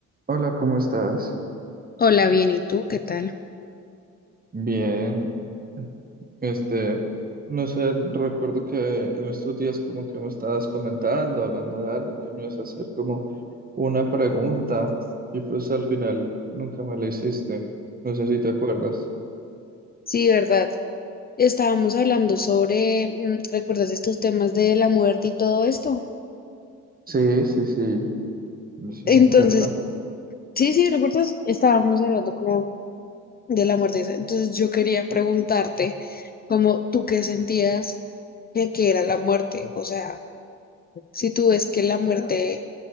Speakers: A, on the right (about 30°); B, on the left (about 30°).
A: Hola, ¿cómo estás?
B: Hola, bien, ¿y tú qué tal?
A: Bien, este, no sé, recuerdo que en estos días como que me estabas comentando, hablando de algo, que me ibas a hacer como una pregunta y pues al final nunca me la hiciste. No sé si te acuerdas.
B: Sí, ¿verdad? Estábamos hablando sobre, mm, ¿recuerdas estos temas de la muerte y todo esto?
A: Sí, sí, sí. No sé si
B: Entonces,
A: me acuerdo.
B: sí, sí, ¿recuerdas? Estábamos hablando como de la muerte. Entonces yo quería preguntarte, como tú qué sentías de que era la muerte, o sea, si tú ves que la muerte